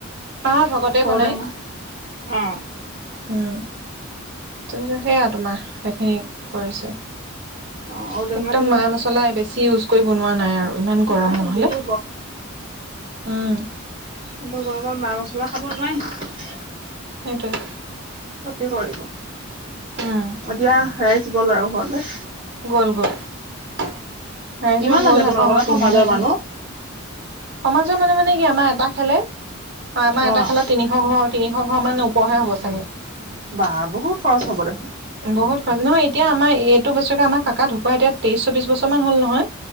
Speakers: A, on the right; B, on the right.
A: অ', ভকতে বনায়।
B: ঔটেঙা অ
A: উম। <unintelligible> সেইয়া তোমাৰ, সেইখিনি কৰিছে।
B: অ ঔটেঙা
A: একদম
B: দিলে
A: মা-মছলা বেছি ইউজ কৰি বনোৱা নাই আৰু। ইমান গৰম
B: নাই
A: নহ'লে!
B: যিটো
A: উম।
B: ইটো গৰমত মা-মছলা খাব নোৱাৰি।
A: সেইটোৱে।
B: ক্ষতি কৰিব।
A: উম
B: এতিয়া ৰাইজ গ'ল আৰু ঘৰলে?
A: গ'ল, গ'ল। ৰাইজো
B: কিমান
A: গ'ল
B: আছে তোমালোকৰ
A: আকৌ আমাৰ
B: তাত
A: পেহিহঁত
B: সমাজৰ মানুহ?
A: আহিছে। সমাজৰ মানুহ মানে কি আমাৰ এটা খেলে। হয়, আমাৰ এটা
B: অ',
A: খেলত তিনিশ ঘৰ, তিনিশ ঘৰ মানৰ ওপৰহে হ'ব চাগে!
B: বা! বহুত খৰচ হ'ব দেখোন!
A: বহুত খৰচ, নহয় এতিয়া আমাৰ এইটো বছৰকে আমাৰ কাকা ঢুকুৱা এতিয়া তেইছ-চৌবিছ বছৰমান হ'ল নহয়।